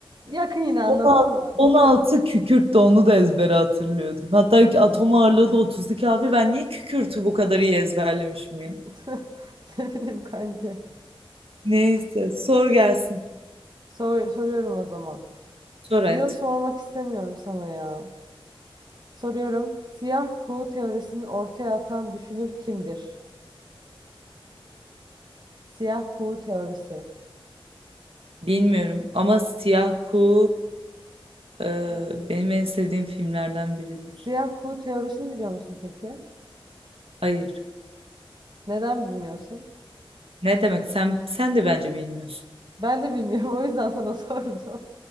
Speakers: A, on the right; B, on the right.
A: Yakın yine anladın
B: on altı
A: mı?
B: on altı kükürt de onu da ezbere hatırlıyordum. Hatta ki atom ağırlığı da 32 abi. Ben niye kükürtü bu kadar iyi ezberlemişim ya?
A: <laughs> Ne bileyim kanki.
B: Neyse sor gelsin.
A: Sor- soruyorum o zaman.
B: Sor
A: Yıl
B: hayat.
A: sormak istemiyorum sana ya. Soruyorum. Siyah kuğu teorisini ortaya atan düşünür kimdir? Siyah kuğu teorisi.
B: Bilmiyorum ama Siyah Kuğu e, benim en sevdiğim filmlerden biridir.
A: Siyah kuğu teorisini biliyor musun peki?
B: Hayır.
A: Neden bilmiyorsun?
B: Ne demek? Sen sen de bence bilmiyorsun.
A: Ben de bilmiyorum. <laughs> O yüzden sana sordum.